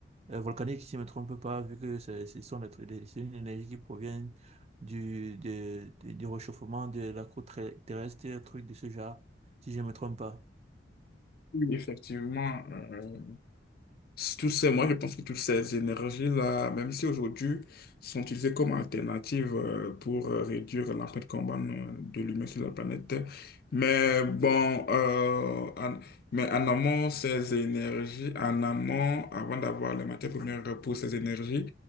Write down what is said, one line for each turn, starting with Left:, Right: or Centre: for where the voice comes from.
Right: euh, volcaniques, si je ne me trompe pas, vu que c'est- ce sont des, trucs- des- c'est une énergie qui provient du, de- de- du réchauffement de la croûte ter- terrestre, un truc de ce genre, si je ne me trompe pas.
Left: oui, effectivement, euh, Tout ces, moi, je pense que toutes ces énergies-là, même si aujourd'hui, sont utilisées comme alternative euh, pour euh, réduire l'empreinte carbone euh, de l'humain sur la planète. Mais bon, euh, en, mais en amont, ces énergies, en amont, avant d'avoir les matières premières pour ces énergies,